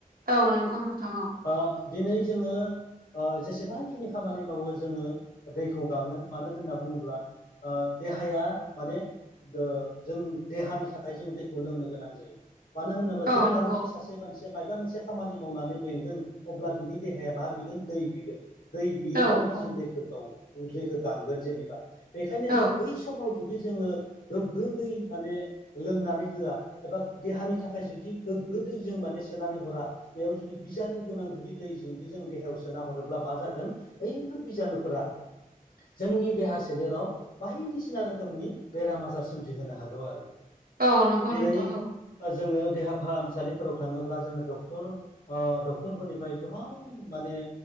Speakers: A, on the right; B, on the left.
A: औ नंगौ नोंथां औ
B: ओ दिनै जोङो ओ जेसेबांखिनि खामानि मावो जोङो दैखौ गाङो मानो होनना बुङोब्ला ओ देहाया माने दो जों देहानि थाखाय जों दैखौ लोंनो गोनां जायो। मानो होनोबा जेब्लानोखि
A: औ नंगौ
B: सासे मानसिया मायबा मोनसे खामानि मावनानै मेंगोन अब्ला बिनि देहाया मा बिगोन दै बिगोन दै बियोब्लानो
A: औ औ
B: जों दैखौ गाव खौ दैखो गांगोन जेनेबा बेखायनो
A: औ
B: जों बै समाव जुदि जोङो गोग्गो दै माने लोंनानै होआ एबा देहानि थाखाय जुदि गोग्गो दै जों माने सोनानै हरा बेयाव जुदि बिजानु गोनां जुदि दै जुदि जों देहायाव सोना हरोब्ला मा जागोन बै फोर बिजानुफोरा जोंनि देहा सोलेराव बायदिसिना रोखोमनि बेरामा सोमजिहोनो हागौ आरो
A: औ नंगौ
B: दिनै
A: नोंथां औ
B: ओ जोङो देहा फाहामसालिफोराव थाङोब्ला जोङो डक्टर ओ डक्टरफोरनिफ्राय गोबां माने